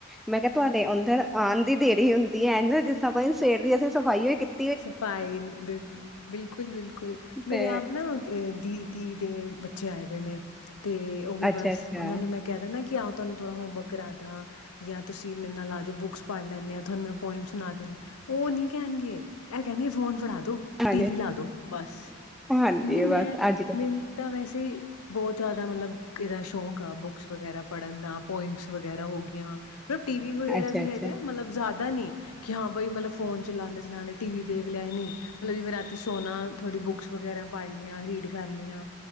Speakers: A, in the centre; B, on the left.
A: ਮੈਂ ਕਿਹਾ ਤੁਹਾਡੇ ਅੰਦਰ ਆਨ ਦੀ ਦੇਰੀ ਹੁੰਦੀ ਏ ਐਂਜ ਜਿਸਰਾ ਪਤਾ ਨੀ ਸਵੇਰ ਦੀ ਅਸੀਂ ਸਫ਼ਾਈੳ ਕੀਤ-
B: ਸਫ਼ਾਈ ਬਿਲੁ ਬਿਲਕੁਲ ਬਿਲਕੁਲ ਮੇਰੇ
A: ਤੇ
B: ਆਪ ਨਾ ਦੀ ਧੀ ਦੇ ਬੱਚੇ ਆਏ ਦੇ ਨੇ ਤੇ ਉਹ ਵੀ
A: ਅੱਛਾ
B: ਬਸ
A: ਅੱਛਾ
B: ਉਹਨਾਂ ਨੂੰ ਮੈਂ ਕਹਿ ਦਾ ਨਾ ਕਿ ਆਓ ਤੁਹਾਨ ਥੋੜਾ ਹੋਮਵਰਕ ਕਰਾਦਾਂ ਯਾ ਤੁਸੀਂ ਮੇਰੇ ਨਾਲ ਆ ਜਾਓ ਬੁੱਕਸ ਪੜ੍ਹ ਲੈਂਨੈ ਆ ਤੁਹਾਨ ਮੈਂ ਪੋਇਮ ਸੁਨਾ ਦਿੰਨੀ ਉਹ ਨਹੀ ਕਹਿਨਗੇ ਏਹ ਕਹਿਨਗੇ ਫੋਨ ਫੜਾ ਦੋ।
A: ਹਾਂਜੀ
B: ਟੀ ਵੀ ਲਾ ਦੋ ਬਸ
A: ਹਾਂਜੀ
B: ਕਿਉਂਕਿ ਮੈਂ
A: ਬਸ ਅੱਜ ਕੱਲ
B: ਮੈਨ ਤਾਂ ਵੈਸੇ ਬੋਤ ਜੈਦਾ ਮਤਲਬ ਇਹਦਾ ਸ਼ੌਂਕ ਆ ਬੁੱਕਸ ਵਗੈਰਾ ਪੜ੍ਹਨ ਦਾ ਪੋਇਮਸ ਵਗੈ ਵਗੈਰਾ ਹੋਗੀਆਂ ਮਤਲਬ ਟੀ ਵੀ ਵਗੈਰਾ
A: ਅੱਛਾ
B: ਵੀ
A: ਅੱਛਾ
B: ਹੈਗਾ ਮਲਬ ਜੈਦਾ ਨੀ ਕਿ ਹਾਂ ਬਈ ਮਲਬ ਫੋਨ ਚਲਾਂਦੇ ਚਲਾਂਦੇ ਟੀ ਵੀ ਦੇਖ ਲਿਆ ਨਹੀਂ। ਜਿਵੇੈਂ ਰਾਤੀ ਸੋਨਾ ਥੋੜ੍ਹੀ ਬੁੱਕਸ ਵਗੈਰਾ ਪੜ੍ਹ ਲਿਆਂ ਰੀਡ ਕਰ ਲਿਆਂ।